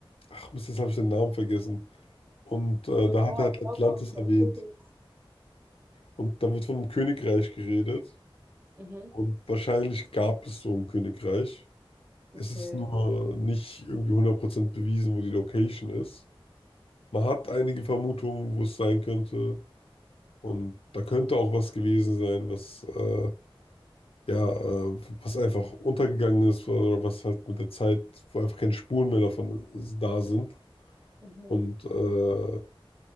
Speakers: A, on the left; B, on the right.
A: ach Mist, jetzt habe ich den Namen vergessen. Und äh,
B: Für
A: da
B: ein paar
A: hat er halt
B: Platon
A: Atlantis erwähnt.
B: oder Fotos.
A: Und da wird von einem Königreich geredet.
B: Mhm.
A: Und wahrscheinlich gab es so ein Königreich. Es
B: Okay.
A: ist nur nicht irgendwie hundert Prozent bewiesen, wo die Location ist. Man hat einige Vermutungen, wo es sein könnte. Und da könnte auch was gewesen sein, was, äh, ja, äh, was einfach untergegangen ist oder was halt mit der Zeit, wo einfach keine Spuren mehr davon äh, da sind.
B: Mhm.
A: Und äh,